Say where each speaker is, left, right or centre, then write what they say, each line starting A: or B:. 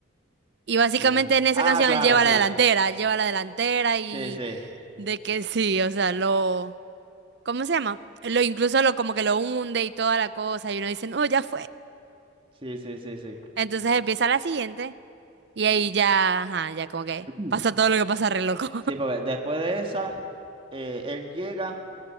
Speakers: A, on the right; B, on the right.
A: Y básicamente
B: ¿Quién?
A: en esa
B: Ah,
A: canción
B: claro,
A: él lleva
B: sí.
A: la delantera, él lleva la delantera y
B: Sí, sí.
A: de que sí, o sea, lo, ¿cómo se llama? Lo incluso lo como que lo hunde y toda la cosa y uno dice, no, ya fue.
B: Sí, sí, sí, sí.
A: Entonces empieza la siguiente y ahí ya, ajá, ya como que
B: <clears throat>
A: pasa todo lo que pasa re loco.
B: Sí, porque después de esa, eh, él llega